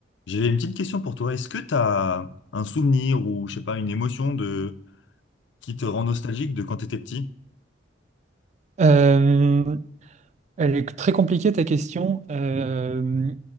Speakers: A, on the left; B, on the right.
A: J'avais une petite question pour toi. Est-ce que tu as un souvenir ou, je sais pas, une émotion de qui te rend nostalgique de quand tu étais petit?
B: Euh, elle est très compliquée ta question. Euh,